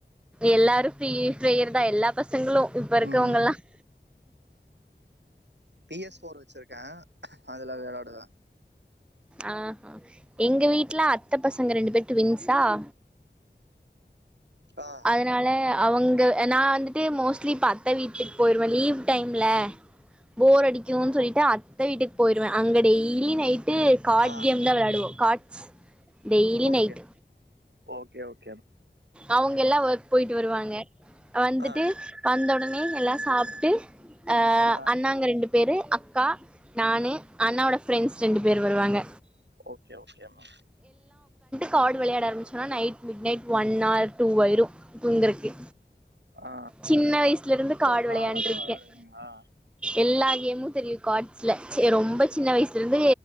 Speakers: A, in the centre; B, on the right.
A: எல்லாரும் ஃப்ரீஃபயர் எல்லா பசங்க சங்கலும் இப்ப இருக்கவங்கல்லாம்
B: ம் பிஎஸ் போர் வச்சிருக்கேன் அதுல விலையாடுவேன்
A: ஆஹ் எங்க வீட்டு்ல அத் த்த பசங்க ரெண்டு பேரும் டுவின்ஸ் ஆஹா
B: ஆ
A: அதனால அவங்க நான் வந்துட்டு மோஸ்ட்லி அத்த வீட்டுக்கு போயிருவேன் லீவ் டைம்ல போர் அடிக்குனு சொல்லிட்டு அத்தை வீட்டுக்கு போயிருவேன் அங்க டெய்லி நைட்டு கார்ட்
B: ஆ
A: கேம் தான் விளையாவோம் cards daily
B: okay
A: night
B: okay okay
A: அவங்க எல்லாம் போயிட்டு வருவாங்க வந்துட்டு
B: ஆ
A: வந்த உடனே எல்லாம் சாப்புட்டு அஹ்
B: ஆ
A: அண்ணாங்க ரெண்டு பேர் அக்கா நானு அண்ணாவோட ஃப்ரெண்ட்ஸ் ரெண்டு பேரு வருவாங்க
B: ஓகே ஓகேமா
A: காடு வெளையாட ஆரம்பிச்சா night midnight one or two ஆயிரு தூங்கருக்கு
B: ஆ
A: சின்ன வயசுல இருந்து காடு
B: ஓ
A: வெளையாண்டருக்கேன்
B: கார்டெல்லாம் விளாடுவீங்களா
A: எல்லா கேமும் தெரியும் கார்ட்ஸ்ல சே ரொம்ப சின்ன வயசுல இருந்து